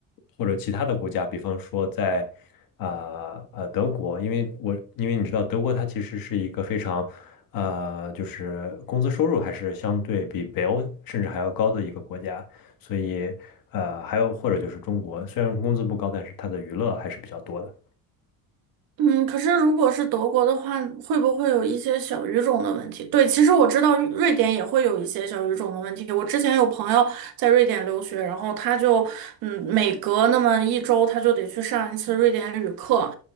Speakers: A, on the left; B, on the right.
A: 或者其他的国家，比方说在。啊呃，德国，因为我因为你知道，德国它其实是一个非常呃，就是工资收入还是相对比北欧甚至还要高的一个国家，所以呃，还有或者就是中国，虽然工资不高，但是它的娱乐还是比较多的。
B: 嗯，可是如果是德国的话，会不会有一些小语种的问题？对，其实我知道瑞瑞典也会有一些小语种的问题。我之前有朋友在瑞典留学，然后他就，嗯，每隔那么一周他就得去上一次瑞典语课，